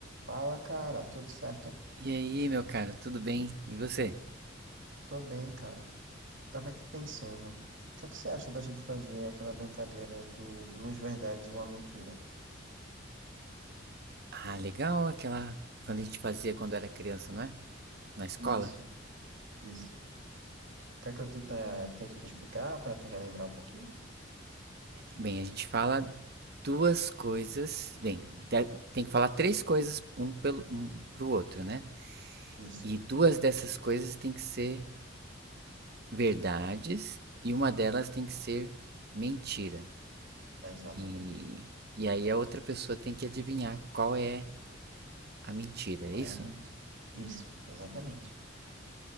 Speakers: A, on the right; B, on the right.
A: Fala, cara, tudo certo?
B: E aí, meu caro, tudo bem? E você?
A: Tô bem, cara. Tava aqui pensando, o que é que você acha da gente fazer aquela brincadeira do duas verdades e uma mentira?
B: Ah, legal aquela. Quando a gente fazia quando era criança, não é? Na escola?
A: Isso, isso. Quer que eu tente, tente te explicar para te relembrar um pouquinho?
B: Bem, a gente fala duas coisas. Bem, te- tem que falar três coisas um pelo um pro outro, né?
A: Isso,
B: E duas dessas coisas tem que ser verdades e uma delas tem que ser mentira.
A: exatamente.
B: E, e aí a outra pessoa tem que adivinhar qual é a mentira,
A: Qual
B: é isso?
A: é a mentira? Isso, exatamente.